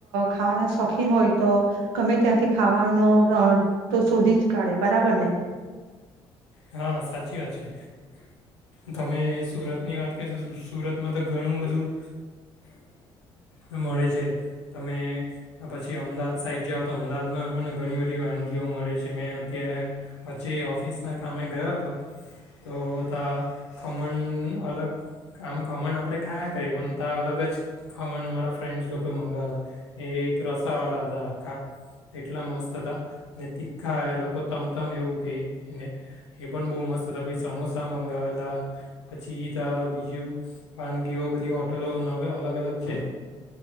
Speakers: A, on the right; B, on the left.
A: ખાવાના શોખીન હોય તો ગમે ત્યાંથી ખાવાનો આ તો શોધી જ કાઢે બરાબર ને.
B: હા સાચી વાત છે તમે સુરતની વાત કરી તો સુરતમાં તો ઘણું બધું મળે છે તમે પછી અમદાવાદ સાઇટ જઓ તો અમદાવાદમાં પણ ઘણી બધી વાનગીઓ મળે છે ત્યાં પછી ઓફિસના કામે ગયો હતો તો ત્યાં ખમણ અલગ આમ ખમણ આપણે ખાયા કરીએ પણ ત્યા અલગ જ ખમણ મારા ફ્રેન્ડ્સ લોકોએ મગાવેલા એ એક રસાવાલા હતા આખા એટલા મસ્ત હતા ને ખા લોકો તમ તમ એવું કને એ પણ બહુ મસ્ત હતા પાઈ સમોસા મંગાવેલા પછી ત બીજું વાનગીઓ બધી હોટલો નવે અલગ અલગ છે